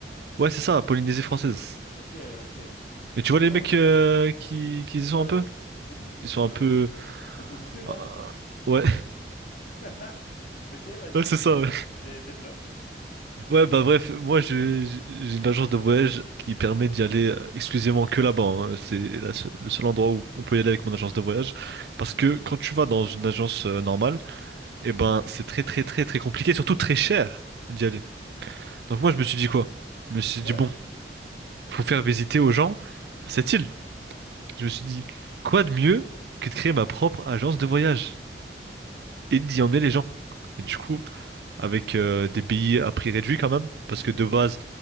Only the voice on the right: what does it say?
Ouais, c'est ça, Polynésie française.
Mais tu vois les
mecs euh, qui, qui y sont
un peu?
Ils sont
un peu...
euh, ouais,
<laughs>
ouais
c'est ça. Ouais.
Ouais, bah bref, moi j'ai j'ai- j'ai une agence de voyage qui permet d'y aller euh, exclusivement que là-bas. hein. C'est la se- le seul endroit où on peut y aller avec mon agence de voyage. Parce que quand tu vas dans une agence euh, normale, eh ben c'est très très très très compliqué, surtout très cher d'y aller. Donc
moi je me suis dit quoi? Je me suis
dit bon, faut faire visiter aux gens cette île. Je me suis dit, quoi de mieux que de créer ma propre agence de voyage? et d'y
emmener les gens. Et du coup, avec euh, des billets à prix réduit quand même, parce que de base,